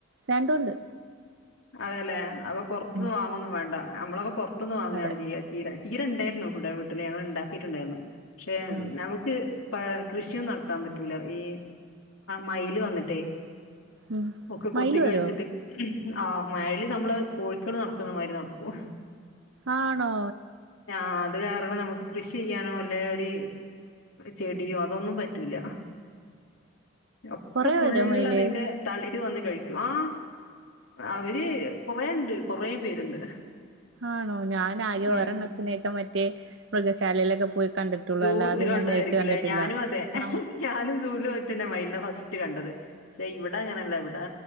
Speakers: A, on the right; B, on the left.
A: രണ്ടുണ്ട്
B: അതെല്ലേ അപ്പൊ പുറത്തുനിന്ന്
A: ഉം
B: വാങ്ങന്നും വേണ്ട നമ്മളൊക്കെ ത്ത്ന്ന് വാങ്ങാണ്
A: അതെ
B: ചെയ്യുക ചീര ചീരണ്ടായിരുന്നു ഇവിടെ വീട്ടില് ഞങ്ങൾ ഉണ്ടാക്കിയിട്ടുണ്ടായിരുന്നു പക്ഷെ
A: ആഹ്
B: നമുക്ക് പ കൃഷിയും നടത്താൻ പറ്റൂല ഈ മയില് വന്നിട്ടേ
A: ഉം
B: ഒക്കെ
A: മയില്
B: കൊത്തി കഴിച്ചിട്ട്
A: വരോ
B: ആഹ് മഴൽ നമ്മള് കോഴിക്കൾ നടക്കുന്ന മാതിരി നടക്കും
A: ആണോ
B: ആ അത് കാരണം നമുക്ക് കൃഷി ചെയ്യാനോ അല്ലെ ഒര് ചെടിയോ അതൊന്നും പറ്റൂല്ല ഒക്കെ
A: കൊറേ
B: ഫുള്
A: വരോ മയില്
B: അതിന്റെ തളിര് വന്ന് കഴിക്കും ആഹ അവര് കൊറേുണ്ട് കൊറ പേരുണ്ട്
A: ആണോ ഞാാനാകെ
B: ഉം
A: ഒരെണ്ണത്തിനേൊക്കെ മറ്റേ മൃഗശാലയിലൊക്കെ പോയി കണ്ടിട്ടുള്ളൂ
B: സൂല്
A: അല്ലാതെ
B: കണ്ടതായിരിക്കുംല്ലേ
A: ഞാൻ നേരിട്ട് കണ്ടിട്ടില്ല
B: ഞാനും അതെ
A: ആഹ്
B: ഞാനും സൂല് വെച്ചെന്നെ മായ്ല്നെ ഫസ്റ്റ് ട്ട് കണ്ടത് ഷെ ഇവിട അങ്ങനെല്ല ഇവിടെ